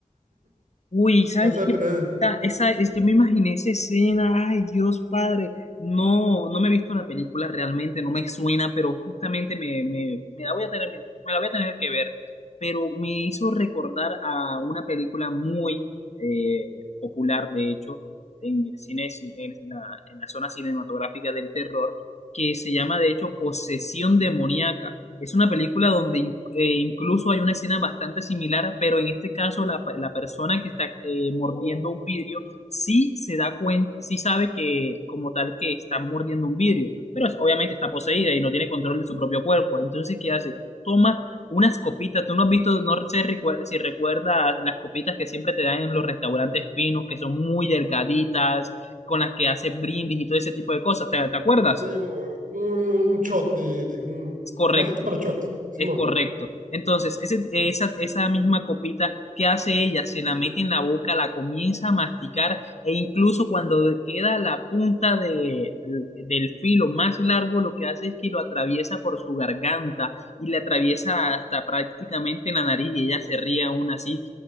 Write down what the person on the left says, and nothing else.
Uy, ¿sabes
qué?
Esa, esa- es- yo me imaginé esa escena, ay Dios Padre, no, no me he visto la película realmente, no me suena, pero justamente me, me, me la voy a tener, me la voy a tener que ver, pero me hizo recordar a una película muy eh, popular, de hecho, en el cine, en la, en la zona cinematográfica del terror, que se llama de hecho Posesión Demoníaca. Es una película donde in- eh, incluso hay una escena bastante similar, pero en este caso la, pe- la persona que está eh, mordiendo un vidrio sí se da cuenta, sí sabe que como tal que está mordiendo un vidrio, pero es- obviamente está poseída y no tiene control de su propio cuerpo. Entonces, ¿qué hace? Toma unas copitas. Tú no has visto, no sé recue- si recuerdas las copitas que siempre te dan en los restaurantes finos, que son muy delgaditas, con las que haces brindis y todo ese tipo de cosas. ¿Te, te acuerdas?
Es correcto.
Es correcto. Entonces, ese- esa, esa misma copita, ¿qué hace ella? Se la mete en la boca, la comienza a masticar e incluso cuando queda la punta de, del filo más largo, lo que hace es que lo atraviesa por su garganta y le atraviesa hasta prácticamente la nariz y ella se ríe aún así.